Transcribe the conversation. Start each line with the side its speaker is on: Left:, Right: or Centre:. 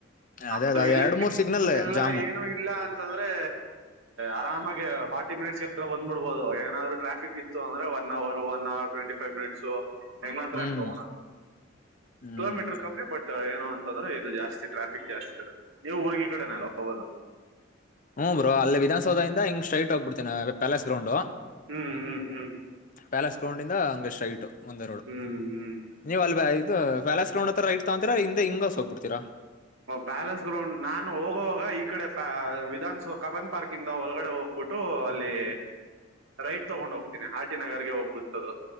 Right: ನಮ್ದು
Left: ಅದೇ ಅದ
Right: ಇಲ್ಲಿ
Left: ಎರಡ್ ಮೂರ್ ಸಿಗ್ನಲ್
Right: ಎಲ್ಲ
Left: ಜಾಮು
Right: ಏನು ಇಲ್ಲ ಅಂತಂದ್ರೆ ಆರಾಮಾಗಿ ಫಾರ್ಟಿ ಮಿನಿಟ್ಸ್ ಎಲ್ಲ ಬಂದ್ಬಿಡ್ಬೋದು ಏನಾದ್ರೂ ಟ್ರಾಫಿಕ್ ಇತ್ತು ಅಂದ್ರೆ one hour one hour twenty five minutes ಹೆಂಗ್ ನಂತ್ರ
Left: ಹ್ಮ್
Right: ಅ
Left: ಹ್ಮ್
Right: ಕಿಲೋಮೀಟರ್ ಕಮ್ಮಿ ಬಟ್ ಏನು ಅಂತಂದ್ರೆ ಇದು ಜಾಸ್ತಿ ಟ್ರಾಫಿಕ್ ಜಾಸ್ತಿ ನೀವು ಊರ್ಗಿ ಕಡೆನ ಅಲ್ಲ ಹಲ್ಲಾ
Left: ಹು ಬ್ರೋ ಅಲ್ಲಿ ವಿಧಾನಸೌಧದಿಂದ ಹಿಂಗ ಸ್ಟ್ರೈಟ್ ಹೋಗಿಬಿಡ್ತೇನ ಪ್ಯಾಲೇಸ್ ಗ್ರೌಂಡ್
Right: ಹ್ಮ್ ಹ್ಮ್ ಹ್ಮ್
Left: ಪ್ಯಾಲಸ್ ಗ್ರೌಂಡ್ ಇಂದ ಅಂಗೆ ಸ್ಟ್ರೇಟ್ ಒಂದೇ ರೋಡ್
Right: ಹ್ಮ್ ಹ್ಮ್
Left: ನೀವ್ ಅಲ್ ಇದು ಪ್ಯಾಲಾಸ್ ಗ್ರೌಂಡ್ ಹತ್ರ ರೈಟ್ ತಗೊಂತೀರ ಹಿಂದೆ ಹಿಂಗಸ ಹೋಗ್ಬಡ್ತೀರಾ.
Right: ಪ್ಯಾಲೇಸ್ ಗ್ರೌಂಡ್ ನಾನು ಹೋಗುವವಾಗ ಈ ಕಡೆ ಪ ವಿಧಾನನ್ಸೌ ಕಬನ್ ಪಾರ್ಕ್ ಇಂದ ಒಳಗಡೆ ಹೋಗ. ಹೋಗ್ಬಿಟ್ಟು ಅಲ್ಲಿ ರೈಟ್ ತಗೊಂಡ್ ಹೋಗ್ತೀನಿ ಆರಟಿ ನಗರ್ಗೆ ಹೋಗ್ಬಿಡ್ತದು.